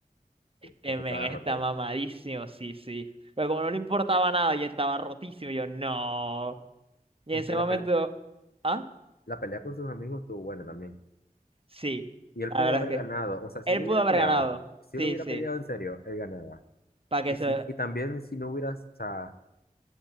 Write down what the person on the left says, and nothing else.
Sí,
el que
estaba
roto ahí.
Aunque
la,
pel-
la pelea con sus amigos estuvo buena también.
Y él
pudo
haber
ganado. O sea, si
él
hubiera
peleado,
si
él hubiera
peleado en serio, él ganaba.
Y,
si, y también si no hubiera, o sea,